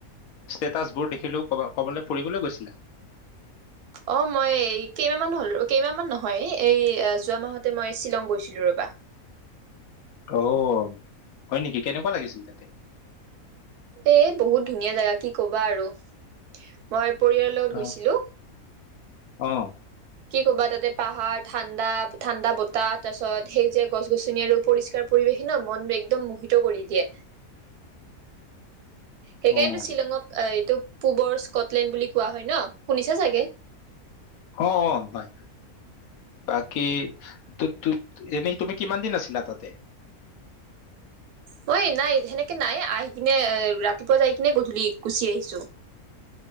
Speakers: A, on the left; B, on the right.
A: ষ্টেটাছবোৰ দেখিলো কবা কবালে ফুৰিবলে গৈছিলা
B: অ মই কেইমাহমান হ'ল কেইমাহ মান নহয় এই যোৱা মাহতে মই শ্বিলং গৈছিলো ৰবা
A: আহ হয় নেকি কেনেকুৱা লাগিছিল তাতে
B: এ বহুত ধুনীয়া জেগা কি ক'বা আৰু মই পৰিয়ালৰ লগত
A: অহ
B: গৈছিলো
A: অহ
B: কি কবা তাতে পাহাৰ ঠাণ্ডা ঠাণ্ডা বতাহ তাৰ পাছত সেই যে গছ গছনি আৰু পৰিষ্কাৰ পৰিৱেশ ন মন একদম মোহিত কৰি দিয়ে সেইকাৰণেটো
A: অহ
B: শ্বিলঙক আহ এইটো পূবৰ স্কটলেণ্ড বুলি কোৱা হয় ন শুনিছা চাগে
A: অ অ হয় হয় বাকী তোক তোক এনেই তুমি কিমান দিন আছিলা তাতে
B: মই নাই সেনেকে নাই আহি কিনে এ, ৰাতিপুৱা যাই কিনে গধূলি গুচি আহিছো।